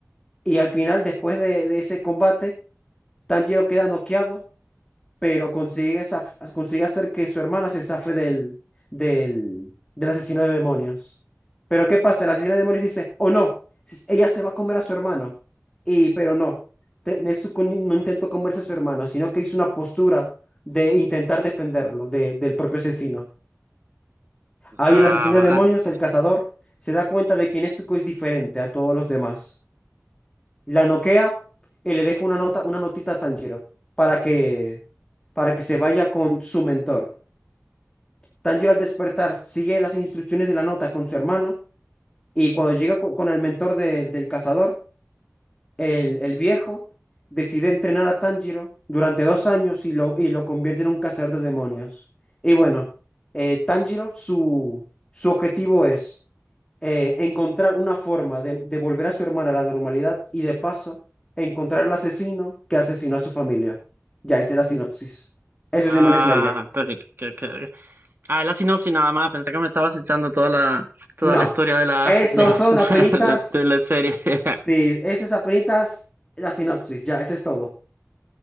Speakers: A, on the left (about 15°); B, on the right (about 40°).
A: Y al final, después de, de ese combate, Tanjiro queda noqueado pero consigue, zaf- consigue hacer que su hermana se zafe del, del, del asesino de demonios. Pero ¿qué pasa? El asesino de demonios dice, o no, si- ella se va a comer a su hermano. Y, pero no, Te- Nezuko ni- no intentó comerse a su hermano, sino que hizo una postura de intentar defenderlo de- del propio asesino. Ahí
B: Ah,
A: el asesino de demonios,
B: ah,
A: el cazador, se da cuenta de que Nezuko es diferente a todos los demás la noquea y le deja una nota, una notita a Tanjiro para que, para que se vaya con su mentor. Tanjiro al despertar sigue las instrucciones de la nota con su hermana y cuando llega co- con, el mentor del del cazador, el, el viejo decide entrenar a Tanjiro durante dos años y lo, y lo convierte en un cazador de demonios. Y bueno, eh, Tanjiro, su, su objetivo es eh, encontrar una forma de, de volver a su hermana a la normalidad y de paso encontrar al asesino que asesinó a su familia. Ya esa es la sinopsis. Eso
B: ah,
A: es Demon Slayer.
B: pero que- que- Ah, la sinopsis nada más. Pensé que me estabas echando toda la, toda
A: No,
B: la historia de la,
A: estos
B: <laughs> de,
A: son apenitas.
B: de- de la serie. <laughs>
A: Sí, esas es apenitas la sinopsis. Ya, eso es todo.